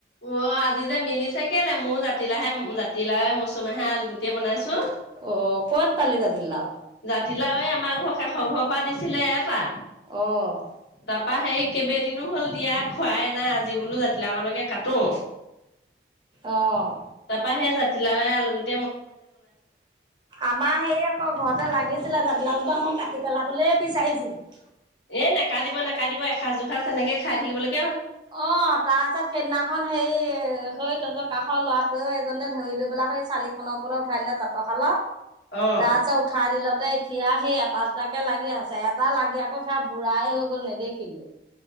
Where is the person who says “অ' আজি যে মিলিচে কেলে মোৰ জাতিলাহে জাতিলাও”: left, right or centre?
Left